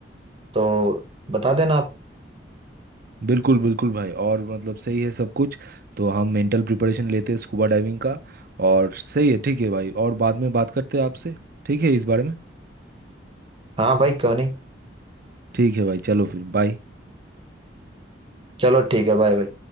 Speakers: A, on the right; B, on the right.
A: तो बता देना आप
B: बिल्कुल बिल्कुल भाई और मतलब सही है सब कुछ तो हम मेंटल प्रिपरेशन लेते हैं स्कूबा डाइविंग का और सही है ठीक है भाई और बाद में बात करते हैं आपसे ठीक है इस बारे में
A: हाँ भाई क्यों नहीं
B: ठीक है भाई चलो फिर बाय
A: चलो ठीक है बाय बाय